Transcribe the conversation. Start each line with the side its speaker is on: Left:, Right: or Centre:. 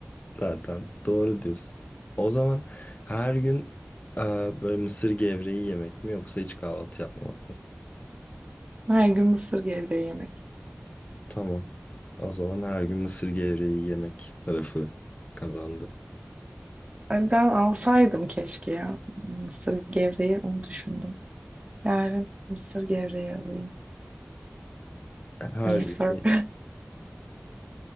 Left: zaten doğru diyorsun. O zaman her gün e, böyle mısır gevreği yemek mi yoksa hiç kahvaltı yapmamak mı?
Right: Her gün mısır gevreği yemek.
Left: Tamam. O zaman her gün mısır gevreği yemek tarafı kazandı.
Right: Ay, Ben alsaydım keşke ya. Mısır gevreği onu düşündüm. Yarın mısır gevreği alayım.
Left: Her
Right: Mısır.
Left: gün.
Right: <laughs>